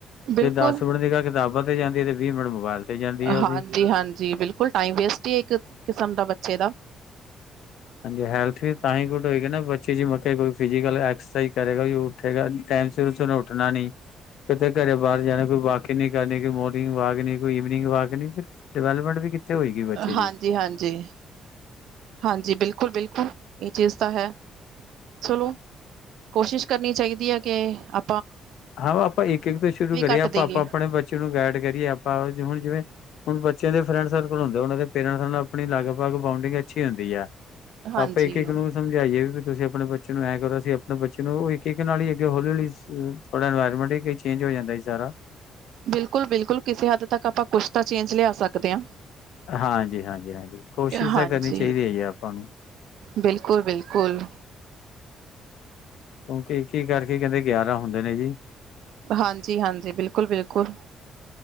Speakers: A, on the right; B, on the left.
A: ਬਿਲਕੁਲ
B: ਜੇ ਦਸ ਮਿੰਟ ਨਿਗ੍ਹਾ ਕਿਤਾਬਾਂ ਤੇ ਜਾਂਦੀ ਤੇ ਵੀਹ ਮਿੰਟ ਮੋਬਾਇਲ ਤੇ ਜਾਂਦੀ ਆ ਉਹਦੀ।
A: ਹਾਂਜੀ ਹਾਂਜੀ ਬਿਲਕੁਲ ਟਾਈਮ ਵੇਸਟ ਹੀ ਇੱਕ ਕਿਸਮ ਦਾ ਬੱਚੇ ਦਾ।
B: ਹਾਂਜੀ ਹੈਲਥ ਵੀ ਤਾਂ ਹੀ ਗੁਡ ਹੋਏਗੀ ਨਾ ਬੱਚੇ ਜੇ ਮਤਲਬ ਕੋਈ ਫਿਜੀਕਲ ਐਕਸਰਸਾਈਜ ਕਰੇਗਾ ਉਠੇਗਾ ਟੈਮ ਸਿਰ ਉਠ ਨਾ ਨੀ ਕਿਤੇ ਘਰੇ ਬਾਹਰ ਜਾਣਾ ਕੋਈ ਵਾਕਿੰਗ ਨੀ ਕਰਨੀ ਕੋਈ ਮੋਰਨਿੰਗ ਵਾਕ ਨੀ। ਕੋਈ ਈਵਨਿੰਗ ਵਾਕ ਫਿਰ ਡਿਵੈਲਪਮੈਂਟ ਵੀ ਕਿੱਥੇ ਹੋਏਗੀ ਬੱਚੇ
A: ਹਾਂਜੀ
B: ਦੀ।
A: ਹਾਂਜੀ ਹਾਂਜੀ ਬਿਲਕੁਲ ਬਿਲਕੁਲ ਇਹ ਚੀਜ਼ ਤਾਂ ਹੈ ਚਲੋ ਕੋਸ਼ਿਸ਼ ਕਰਨੀ ਚਾਹੀਦੀ ਹੈ ਕਿ ਅ
B: ਹਾਂ ਆਪਾਂ ਇੱਕ ਇੱਕ ਤੋਂ ਸ਼ੁਰੂ ਕਰੀਏ
A: ਘੱਟ
B: ਆਪਾਂ
A: ਦੇਈਏ
B: ਆਪਾਂ ਆਪਣੇ ਬੱਚੇ ਨੂੰ ਗਾਈਡ ਕਰੀਏ ਆਪਾਂ ਹੁਣ ਜਿਵੇਂ ਹੁਣ ਬੱਚਿਆਂ ਦੇ ਫਰੈਂਡ ਸਰਕਲ ਹੁੰਦੇ ਓਨਾਂ ਦੇ ਪੇਰੈਂਟਸ ਨਾਲ ਆਪਣੀ ਲਗ ਬਕ ਬਾਊਂਡਿੰਗ ਅੱਛੀ ਹੁੰਦੀ ਐ। <unintelligible>
A: ਹਾਂਜੀ
B: ਆਪਾਂ ਇੱਕ ਇੱਕ ਨੂੰ ਸਮਝਾਈਏ ਵੀ ਤੁਸੀਂ ਆਪਣੇ ਬੱਚੇ ਨੂੰ ਐਂ ਕਰੋ ਅਸੀਂ ਆਪਣੇ ਬੱਚੇ ਨੂੰ ਉਹ ਇੱਕ ਇੱਕ ਨਾਲੀ ਅੱਗੇ ਹੌਲੀ ਹੌਲੀ ਇਨਵਾਇਰਮੈਂਟ ਹੀ ਚੇਂਜ ਹੋ ਜਾਂਦਾ ਜੀ ਸਾਰਾ
A: ਬਿਲਕੁਲ ਬਿਲਕੁਲ ਕਿਸੇ ਹੱਦ ਤੱਕ ਆਪਾਂ ਕੁਛ ਤਾਂ ਚੇਂਜ ਲਿਆ ਸਕਦੇ ਹਾਂ।
B: ਹਾਂਜੀ ਹਾਂਜੀ ਹਾਂਜੀ ਕੋਸ਼ਿਸ਼
A: ਹਾਂਜੀ,
B: ਤਾਂ ਕਰਨੀ ਚਾਹੀਦੀ ਹੈ ਜੀ ਆਪਾਂ ਨੂੰ।
A: ਬਿਲਕੁਲ-ਬਿਲਕੁਲ।
B: ਕਿਉਂਕਿ ਇੱਕ ਹੀ ਕਰਕੇ ਕਹਿੰਦੇ ਗਿਆਰਾਂ ਹੁੰਦੇ ਨੇ ਜੀ।
A: ਹਾਂਜੀ ਹਾਂਜੀ ਬਿਲਕੁਲ ਬਿਲਕੁਲ